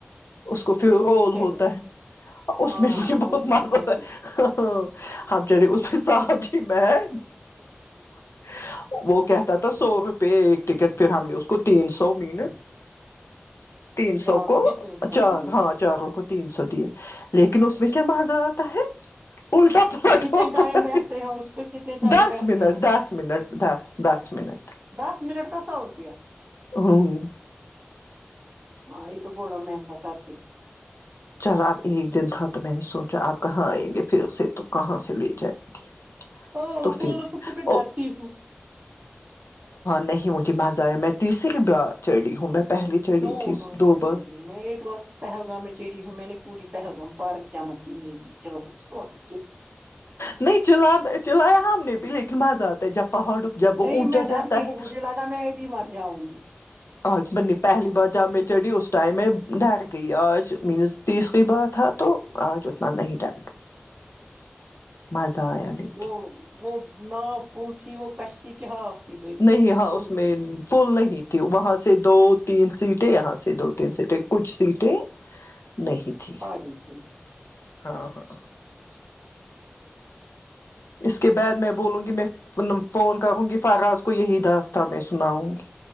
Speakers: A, on the left (about 90°); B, on the right (about 40°).
A: اس کو پھر
B: پہ
A: غول
B: بھی چڑھے
A: ہوتا ہے اس
B: ہاں
A: میں مجھے بہت
B: وہ گھومتی
A: مزہ آتا
B: پھر
A: ہے ہ ہم چڈے اس کے ساتھ ہی میں <unintelligible> وہ کہتا تھا سو روپئے ایک ٹکٹ پھر ہم نے اس کو تین سو مینس تین سو
B: چاروں
A: کو
B: کے تین سو
A: چار
B: دیے
A: ہاں چاروں کو تین سو دیے لیکن اس میں کیا مزا آ ہوتا ہے الٹھا
B: کتنے ٹائم
A: <unintelligible>
B: بیٹھتے ہیں اس پہ کتنے ٹائم
A: دس
B: بیٹھتے
A: منٹ
B: ہیں اس
A: دس
B: پہ
A: منٹ دس دس منٹ
B: دس منٹ کا سو روپیہ
A: ہوں
B: ہاں یہ تو بوڑا مہنگا کردی
A: چل اب ایک دن تھا تو میں نے سوچا آپ کہاں آئیں گے پھر سے تو کہاں سے لے جائیں گے
B: ہاں <unintelligible>
A: تو پھر
B: سے میں ڈرتی
A: او
B: ہوں
A: نہیں مجھے مزہ آیا میں تیسری بار چڑھی ہوں میں پہلے چڑھی
B: نو
A: ہوں
B: نو
A: دو بار
B: میں ایک بار پہلگام میں چیڑی ہوں میں نے پوری پہلگام پارک جمع کی <unintelligible>
A: نہیں چلا چلایا ہم نے بھی لیکن مزہ آتا ہے جب پہاڑ جب وہ
B: نہیں
A: اونچا
B: میں ڈر
A: جاتا
B: گئی
A: ہے
B: مجھے لگا میں بھی مر جاؤں گی
A: آج مینے پہلی بار جب میں چڑھی اس ٹائم میں ڈار گئی آج مینس تیسری بات ہیتو آج اتنا نہیں ڈا مزہ آیا لیکن
B: وہ وہ نا فل تھی وہ کشتی کہ ہاف تھی برنی
A: نہیں
B: تھی تو
A: ہاں
B: فل
A: اس میں
B: تھی
A: فل نہیں تھی وہاں سے دو تین سیٹیں یہاں سے دو تین سیٹیں کچھ سیٹیں نہیں تھی
B: ہاں جی
A: ہاں ہاں ہاں
B: اچھا اچھا
A: اس کے بعد میں بولوں گی میں فون کروں گی فراز کو یہی داستہ میں سناؤں گی